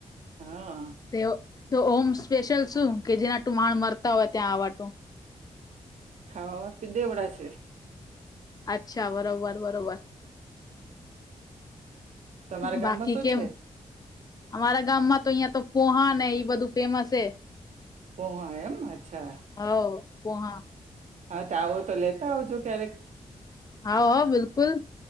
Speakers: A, on the right; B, on the left.
A: હા
B: તે તો ઓમ સ્પેશિયલ શું કે જેનાટું માણા મરતા હોય ત્યાં આવવા ટું
A: હા પીધે એવડા છે.
B: અચ્છા બરોબર બરોબર
A: તમારા
B: બાકી
A: ગામમાં શું
B: કેમ
A: છે
B: અમારા ગામમાં તો અહિયાં તો પોહા ઈ બધું ફેમસ છે.
A: પો આયમ અચ્છા
B: હવ પોહા
A: હા તો આવો તો લેતા આવજો ક્યારેક
B: હા હા બિલકુલ